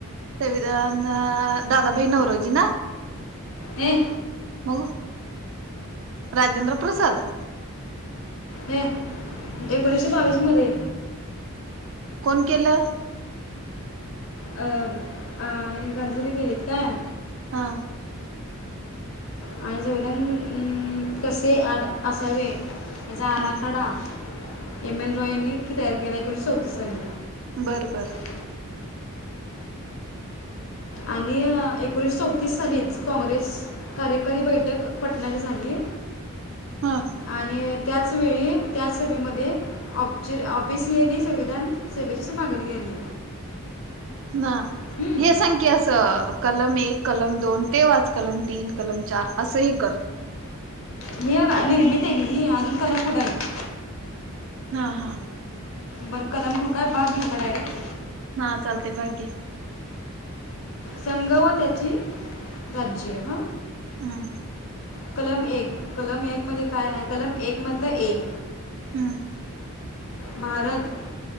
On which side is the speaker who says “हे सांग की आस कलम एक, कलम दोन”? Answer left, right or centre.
Right